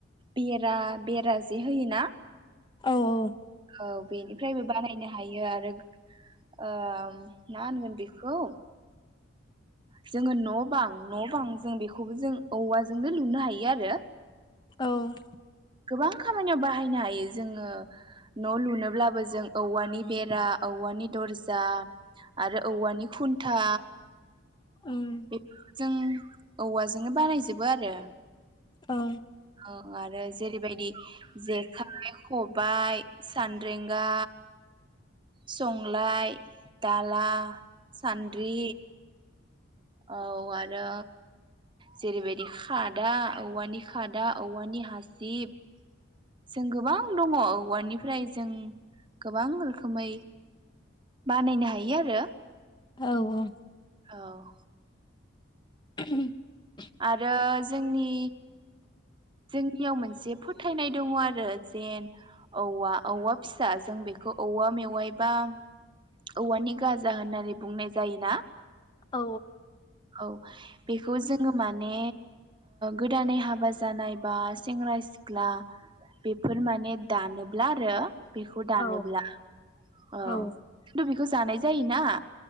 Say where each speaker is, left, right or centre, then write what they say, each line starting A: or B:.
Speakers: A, on the right; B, on the left.
A: बेरा बेरा जे होयोना
B: औ औ
A: औ बेनिफ्रायबो बानायनो हायो आरो ओ मा होनगोन बेखौ जोङो न बां न बां जों बेखौबो जों औवाजोंनो लुनो हायो आरो।
B: औ
A: गोबां खामानियाव बाहायनो हायो जोङो न' लुनोब्लाबो जों औवानि बेरा औवानि दरजा आरो औवानि खुन्था
B: ओम
A: बेफोरखौ जों औवाजोंनो बानायजोबो आरो
B: औ
A: औ आरो जे बेबायदि जेखाइ खबाइ सान्द्रेंगा संलाय दाला सान्द्रि औ आरो जेरैबायदि खादा औवानि खादा औवानि हासिब जों गोबां दङ औवानिफ्राय जों गोबां रोखोमै बानायनो हायो आरो।
B: औ औ
A: औ
B: <unintelligible>
A: आरो जोंनि जोंनियाव मोनसे फोथायनाय दङ आरो जेन औवा औवा फिसा जों बेखौ औवा मेवायबा औवानि गाजा होननानै बुंनाय जायोना?
B: औ
A: औ बेखौ जों जोङो माने गोदानै हाबा जानाय बा सेंग्रा सिख्ला बेफोर माने दानोब्ला आरो बेखौ दानोब्ला
B: औ
A: अ
B: औ
A: खिन्थु बेखौ जानाय जायो ना